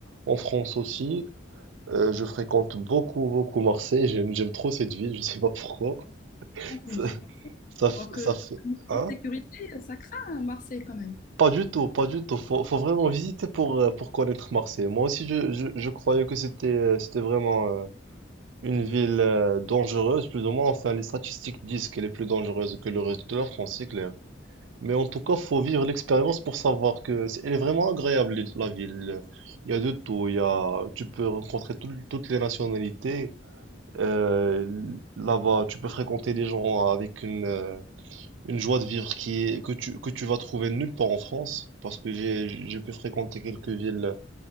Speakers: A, on the right; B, on the left.
A: En France aussi. Euh, je fréquente beaucoup, beaucoup Marseille. J'aime, j'aime trop cette ville. Je sais pas pourquoi.
B: Ah, T'aimes
A: <laughs>
B: bien.
A: Ça, ça, f-
B: Alors que
A: ça fait,
B: en
A: hein?
B: sécurité, ça craint à Marseille quand même.
A: Pas du tout, pas du tout. Faut, faut vraiment visiter pour, euh, pour connaître Marseille. Moi aussi, je, je, je croyais que c'était, euh, c'était vraiment euh, une ville euh, dangereuse, plus ou moins. Enfin, les statistiques disent qu'elle est plus dangereuse que le reste de la France, c'est clair. Mais en tout cas, faut vivre l'expérience pour savoir que c'est, elle est vraiment agréable, la ville. Il y a de tout. Il y a, tu peux rencontrer tout- toutes les nationalités. Euh, là-bas, tu peux fréquenter des gens avec une, euh, une joie de vivre qui est, que tu, que tu vas trouver nulle part en France, parce que j'ai, j'ai pu fréquenter quelques villes